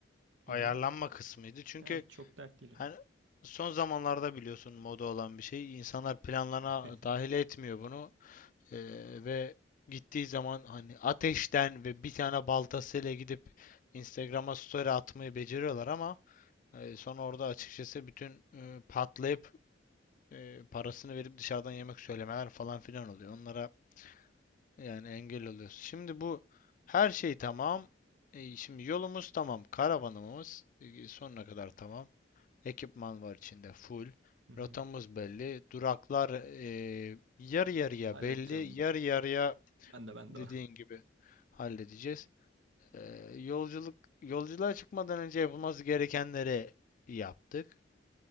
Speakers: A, on the right; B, on the left.
A: Hı
B: ayarlanma
A: hı.
B: kısmıydı. Çünkü
A: Yani çok dert değil
B: hani
A: o.
B: son zamanlarda biliyorsun moda olan bir şey. insanlar planlarına
A: <laughs>
B: dahil etmiyor bunu. Ee, ve gittiği zaman hani ateşten ve bir tane baltasıyla gidip Instagram'a story atmayı beceriyorlar ama Ee, sonra orada açıkçası bütün e, patlayıp e, parasını verip dışarıdan yemek söylemeler falan filan oluyor. Onlara yani engel oluyorsun. Şimdi bu her şey tamam. E, şimdi yolumuz tamam. Karavanımız e, sonuna kadar tamam. Ekipman var içinde full.
A: Hı hı.
B: Rotamız belli. Duraklar e, yarı yarıya
A: Halledeceğim
B: belli.
A: ben.
B: Yarı yarıya
A: Ben de ben
B: dediğin
A: de. <laughs>
B: gibi halledeceğiz. E, yolculuk yolculuğa çıkmadan önce yapılması gerekenleri yaptık.